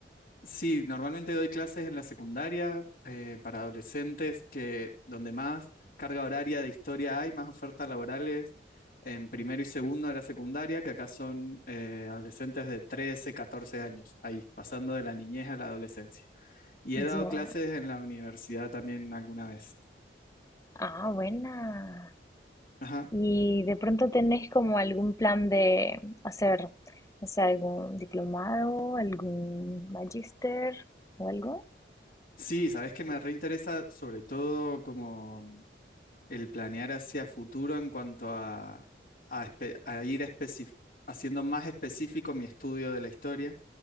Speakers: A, on the left (about 50°); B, on the left (about 20°).
A: Sí, normalmente doy clases en la secundaria eh, para adolescentes, que donde más carga horaria de historia hay, más ofertas laborales en primero y segundo de la secundaria, que acá son eh, adolescentes de 13, 14 años, ahí, pasando de la niñez a la adolescencia. Y he dado
B: Ya.
A: clases en la universidad también alguna vez.
B: Ah, buena.
A: Ajá.
B: Y de pronto tenés como algún plan de hacer, no sé, algún diplomado, algún magíster o algo.
A: Sí, sabes que me reinteresa sobre todo como el planear hacia futuro en cuanto a, a espe- a ir especi- haciendo más específico mi estudio de la historia.